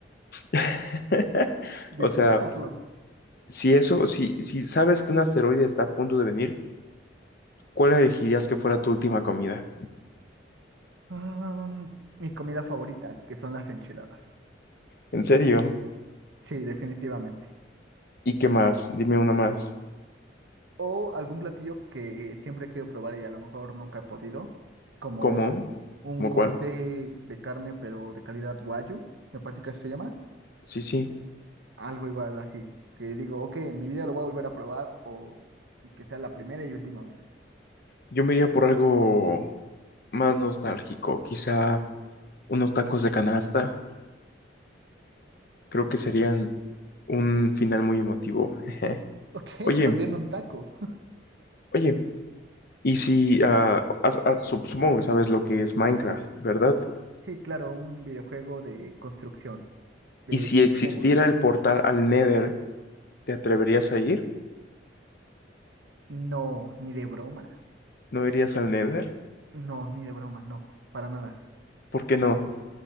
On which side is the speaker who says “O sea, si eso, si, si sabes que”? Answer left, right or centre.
Left